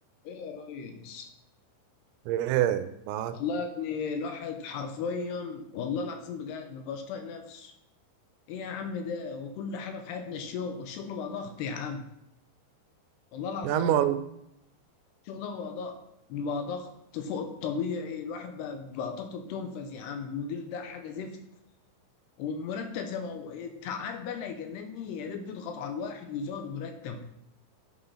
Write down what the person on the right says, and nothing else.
ايه معاك
يا عم والله